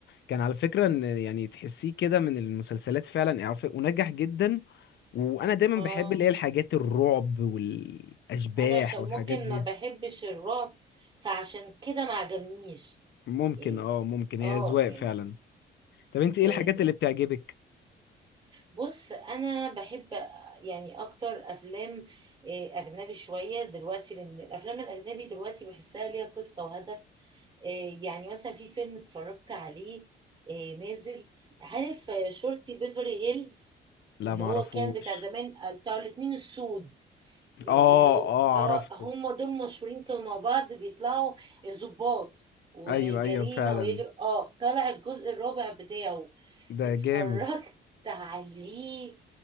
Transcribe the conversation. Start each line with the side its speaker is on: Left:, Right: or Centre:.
Left: كان على فكرة ان يعني تحسيه كده من المسلسلات فعلا إعرافية ونجح جدا وانا دايما
Right: اه
Left: بحب اللي هي الحاجات الرعب والاشباح
Right: انا عشان
Left: والحاجات
Right: ممكن
Left: دي
Right: ما بحبش الرعب فعشان كده ما عجبنيش
Left: ممكن
Right: يعني
Left: اه ممكن هي
Right: اه
Left: اذواق
Right: يعني
Left: فعلا طب انت ايه
Right: آه،
Left: الحاجات اللي بتعجبك
Right: بص انا بحب يعني اكتر افلام آه، اجنبي شويه دلوقتي لان الافلام الاجنبي دلوقتي بحسها ليها قصه وهدف آه، يعني مثلا في فيلم اتفرجت عليه آه، نازل عارف آه، شرطي بيفرلي هيلز
Left: لا
Right: اللي
Left: معرفوش
Right: هو كان بتاع زمان آه، بتاع الاتنين السود اللي
Left: اه
Right: هو
Left: اه
Right: آه
Left: عرفته
Right: هم دول مشهورين كانوا مع بعض بيطلعوا ضباط وجريمة
Left: ايوه ايوه فعلا
Right: ويجر اه طلع الجزء الرابع بتاعه
Left: ده
Right: اتفرجت
Left: جامد
Right: عليه